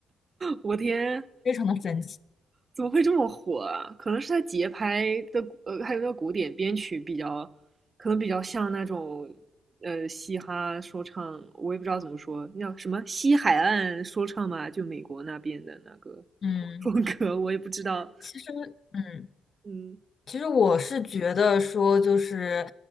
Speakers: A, on the right; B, on the left.
A: 我天，
B: 非常的神奇。
A: 怎么会这么火啊？可能是他节拍的，呃，还有那古典编曲比较，可能比较像那种，呃，嘻哈说唱，我也不知道怎么说，那叫什么西海岸说唱嘛，就美国那边的那个
B: 嗯，
A: <laughs> 风格，我也不知道。
B: 其实嗯。
A: 嗯
B: 其实我是觉得说，就是，